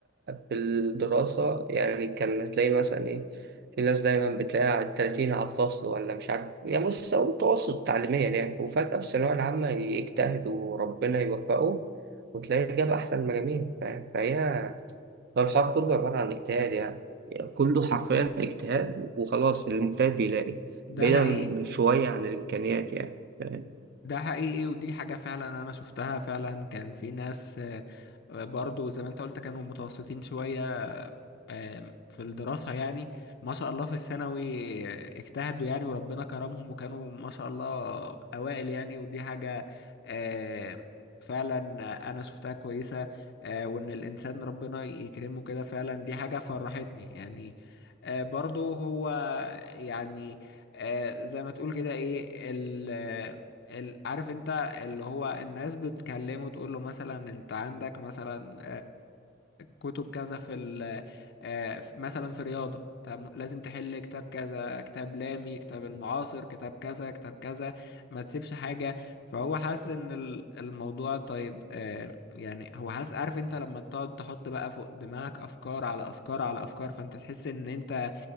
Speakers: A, on the right; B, on the left.
A: في الدراسة يعني كان تلاقي مثلا إيه في ناس دايما بتلاقيها على التلاتين على الفصل ولا مش عارف يعني مستوى متوسط تعليميا يعني وفجأة في الثانوية العامة يجتهد وربنا يوفقه وتلاقيه جاب أحسن المجاميع ف- فهي فالحوار كله عبارة عن اجتهاد يعني كله حرفيا اجتهاد وخلاص المجتهد بيلاقي
B: ده
A: بعيدا
B: حقيقي
A: شوية عن الإمكانيات يعني ف-
B: ده حقيقي ودي حاجة فعلا أنا شفتها فعلا كان في ناس آه، برضو زي ما أنت قلت كانوا متوسطين شوية آم، في الدراسة يعني ما شاء الله في الثانوي اجتهدوا يعني وربنا كرمهم وكانوا ما شاء الله أوائل يعني ودي حاجة آم، فعلا أنا شفتها كويسة آه، وإن الإنسان ربنا يكرمه كده فعلا دي حاجة فرحتني يعني آه، برضو هو يعني آه، زي ما تقول كده إيه ال ال- عارف انت اللي هو الناس بتكلمه تقول له مثلا انت عندك مثلا كتب كذا في ال آه، في- مثلا في رياضة أنت م- لازم تحل كتاب كذا كتاب لامي كتاب المعاصر كتاب كذا كتاب كذا ما تسيبش حاجة فهو حاسس ان ال- الموضوع طيب آه، يعني هو حاسس عارف انت لما تقعد تحط بقى فوق دماغك افكار على افكار على افكار فانت تحس ان انت